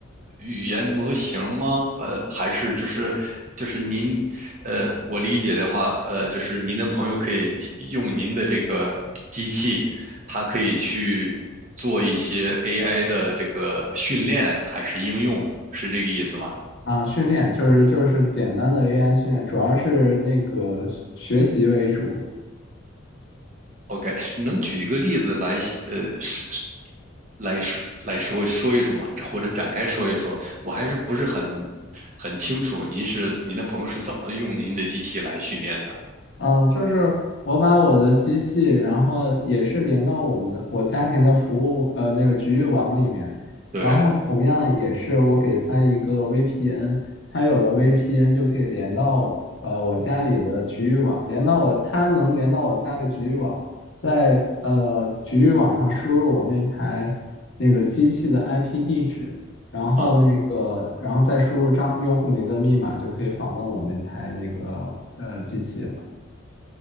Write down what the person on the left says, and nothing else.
啊，训练就是就是简单的 AI 训练，主要是那个学习为主。
嗯，就是我把我的机器，然后也是连到我们我家庭的服务呃那个局域网里面，
然后同样也是我给它一个 VPN，它有了 VPN 就可以连到呃我家里的局域网，连到我它能连到我家里局域网，在呃局域网上输入我那台那个机器的 IP 地址，然后那个然后再输入账用户名跟密码就可以访问我那台那个呃机器了。